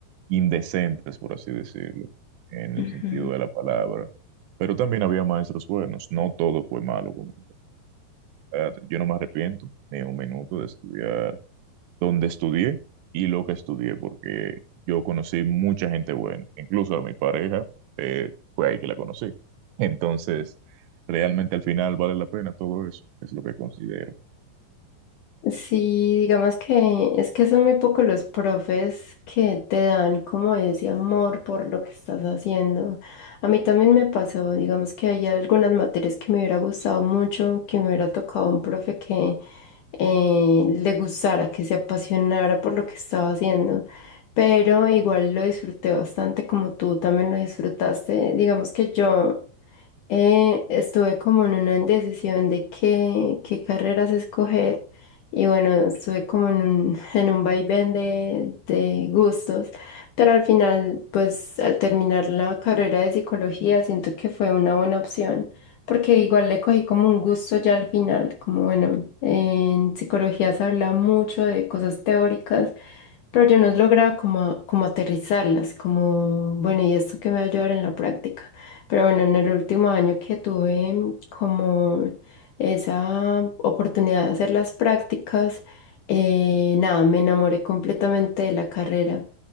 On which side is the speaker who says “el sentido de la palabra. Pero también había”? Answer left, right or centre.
Right